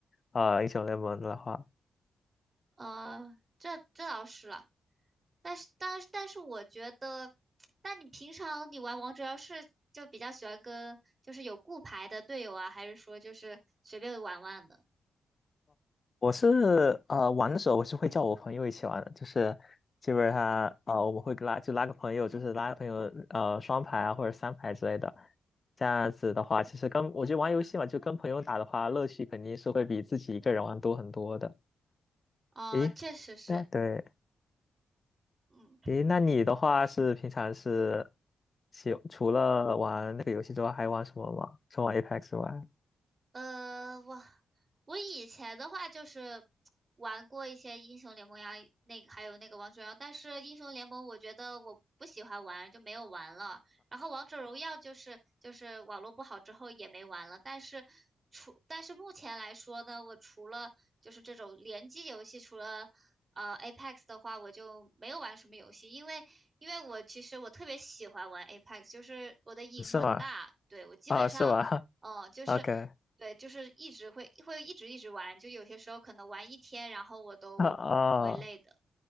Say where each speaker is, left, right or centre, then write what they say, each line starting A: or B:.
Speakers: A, on the left; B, on the right.
A: 呃英雄联盟的话，
B: 呃，这这倒是了，但是但是但是我觉得，那你平常你玩王者荣耀是就比较喜欢跟就是有固排的队友啊，还是说就是随便玩玩的？
A: 我是呃玩的时候，我是会叫我朋友一起玩的，就是基本上呃我们会拉就拉个朋友，就是拉个朋友呃双排啊或者三排之类的，这样子的话，其实跟我觉得玩游戏嘛，就跟朋友打的话，乐趣肯定是会比自己一个人玩多很多的。
B: 哦，
A: 诶，
B: 确实是，
A: 那对，
B: 嗯。
A: 诶，那你的话是平常是喜除了玩那个游戏之外，还玩什么吗？除了玩 Apex 之外，
B: 呃，我我以前的话就是玩过一些英雄联盟呀，那个还有那个王者荣耀，但是英雄联盟我觉得我不喜欢玩，就没有玩了。然后王者荣耀就是就是网络不好之后也没玩了，但是除但是目前来说呢，我除了就是这种联机游戏，除了呃 Apex 的话，我就没有玩什么游戏，因为因为我其实我特别喜欢玩 Apex，就是我的瘾很大，
A: 是吗？
B: 对，我基本上。
A: 啊，是吗 <laughs>
B: 哦，就是
A: ？OK，
B: 对，就是一直会会一直一直玩，就有些时候可能玩一天，然后我都不会累的。
A: 啊啊。